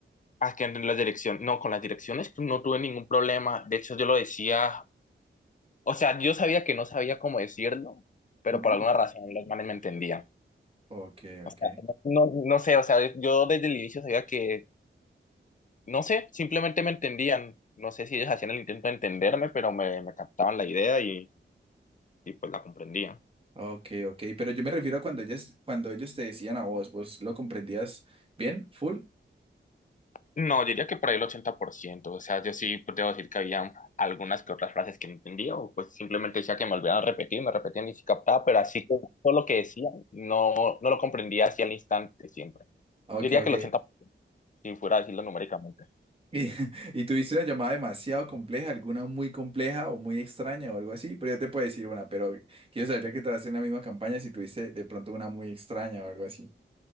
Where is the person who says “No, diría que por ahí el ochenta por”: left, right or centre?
Left